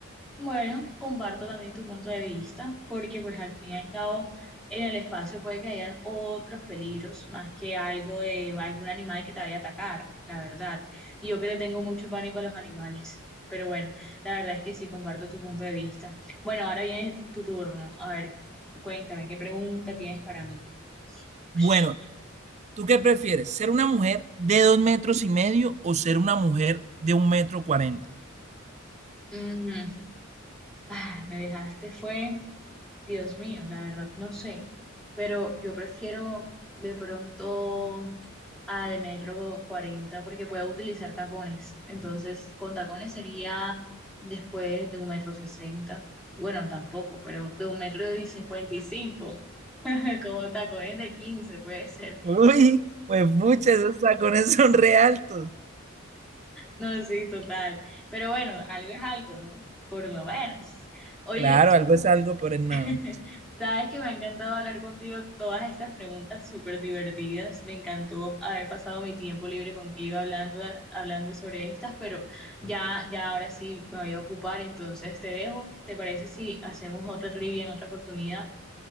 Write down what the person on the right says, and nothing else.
Bueno,
¿Tú qué prefieres? ¿Ser una mujer de dos metros y medio o ser una mujer de un metro cuarenta?
Uy, pues muchas, esos tacones son re altos.
<laughs>
Claro, algo es algo, pero es nada.